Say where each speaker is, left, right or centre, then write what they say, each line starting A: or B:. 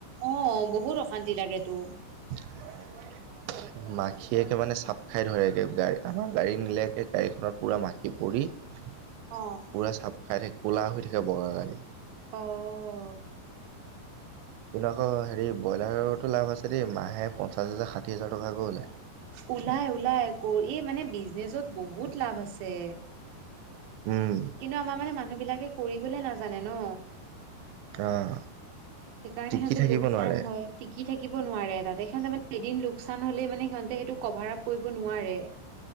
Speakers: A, on the right (about 70°); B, on the right (about 85°).
A: অ বহুত অশান্তি লাগে তো।
B: <unintelligible> মাখিয়াকে মানে চাপ খাই ধৰেগৈ গাড়ী আমাৰ গাড়ী নিলেকে গাড়ীখনত পূৰা মাখি পৰি <unintelligible>
A: অ'।
B: পূৰা চাফ খাই থাকে প'লা হৈ থাকেগাড়ী।
A: অ'।
B: কিন্তু আকৌ হেৰি ব্ৰইলাৰতো লাভ আছে দেই মাহে পঞ্চাছ হাজাৰ ষাঠি হাজাৰ টকাকৈ ওলায়।
A: ওলাই ওলাই আকৌ এই মানে বিজনেছত বহুত লাভ আছে।
B: উম।
A: কিন্তু আমাৰ মানে মানুহ বিলাকে কৰিবলে নাজানে ন।
B: আহ
A: সেইকাৰণে
B: টিকি
A: সিহঁতে
B: থাকিব
A: লোকচান
B: নোৱাৰে
A: হয়। টিকি থাকিব নোৱাৰে তাতে সিহঁতে মানে এদিন লোকচান হ'লেই মানে সিহঁতে সেইটো কভাৰ আপ কৰিব নোৱাৰে।